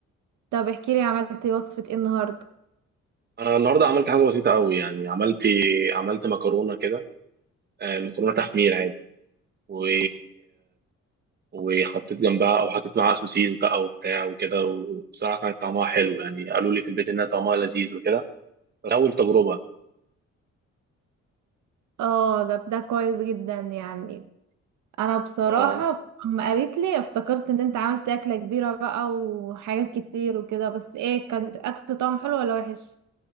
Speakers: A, on the right; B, on the right.
A: طب احكي لي عملت إيه وصفه ايه النهارده
B: انا النهاردة عملت حاجة بسيطة قوي يعني عملت عملت مكرونة كده آه، مكرونة تحمير عادي و... وحطيت جنبها او حطيت معاها سوسيس بقى وبتاع وكده وبصراحة كانت طعمها حلو يعني قالوا لي في البيت انها طعمها لذيذ وكده بس اول تجربة
A: اه ده ده كويس جدا يعني انا بصراحه
B: اه
A: اما قالت لي افتكرت ان انت عملت اكله كبيره بقى وحاجات كتير وكده بس ايه كانت اكل طعم حلو ولا وحش